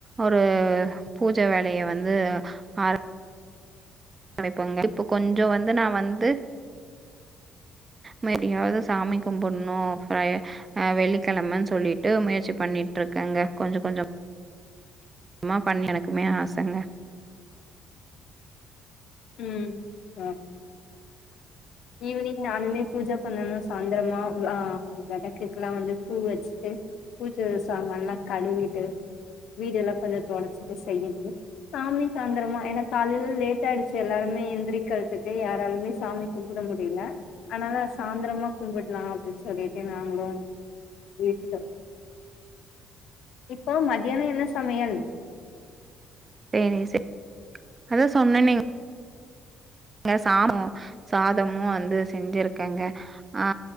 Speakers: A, on the right; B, on the left.
A: ஒரு பூஜை வேலைய வந்து ஆ படைப் போங்க இப்போ கொஞ்ச வந்து நா வந்து மப்டியாவது சாமி கும்புடணு ஆ வெள்ளிக்கிழமன்னு சொல்லிட்டு முயற்சி பண்ணிட்டு இருக்காங்க கொஞ்ச கொஞ்ச மா பண்ணி எனக்குமே ஆசங்க
B: ம் அ ஈவினிங் நானுமே பூஜ பண்ணணு சாந்தரமா அ வளக்குக்குல்லா வந்து பூ வச்சுட்டு பூஜா சாமான்லா கழுவிட்டு வீடு எல்லா கொஞ்ச தோடச்சிட்டு செய்யனு சாமி சாய்ந்தரமா எனக்கு காலையிலா லேட்டாயிச் ஸ் எல்லாருமே எந்திரிக்கரத்துக்கு யாராலுமே சாமி கும்முட முடியில அதுனால சாந்திரமா கும்பிடுலா அப்டின்னு சொல்லிட்டு நாங்களு விட்டுடோ இப்போ மதியான என்ன சமையல்
A: பெணி செ அதா சொன்னனே ங்க சாமு சாதமு வந்து செஞ்சிருக்கேங்க ஆ